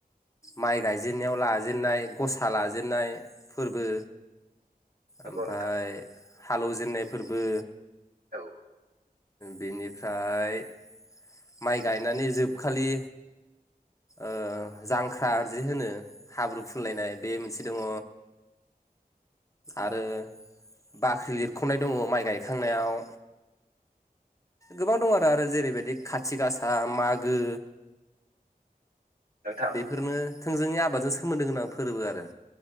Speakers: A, on the left; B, on the right.
A: माइ गायजेननायाव लाजेननाय गसा लाजेननाय फोरबो
B: नंगौ
A: ओमफाय
B: नोंथां
A: हालौजेननाय फोरबो
B: औ
A: बिनिफ्राय माइ गायनानै जोबखालि ओ जांख्राजि होनो हाब्रु फुनलायनाय बे मोनसे दङ।
B: <inaudible>
A: आरो बाख्रि लिरख'नाय दङ माइ गायखांनायाव गोबां दं आरो आरो जेरैबायदि खाथि गासा मागो
B: नोंथां
A: बेफोरनो थोंजोनि आबादजों सोमोन्दो गोनां फोरोबो आरो